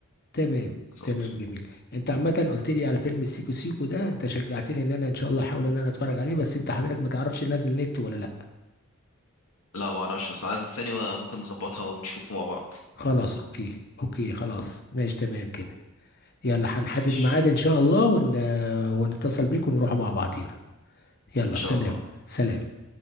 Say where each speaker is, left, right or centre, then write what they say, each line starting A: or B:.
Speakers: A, on the left; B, on the left.
A: تمام
B: بالظبط
A: تمام جميل انت عامه قلت لي على فيلم السيكو سيكو ده انت شجعتني ان انا ان شاء الله احاول ان انا اتفرج عليه بس انت حضرتك ما تعرفش نازل نت ولا لا
B: لا ما اعرفش بس عايز السينما ممكن نظبطها ونشوفه مع بعض
A: خلاص اوكي اوكي خلاص ماشي تمام كده يلا هنحدد
B: ماشي
A: ميعاد ان شاء الله ون... ونتصل بيك ونروح مع بعضينا يلا
B: ان شاء
A: سلام
B: الله
A: سلام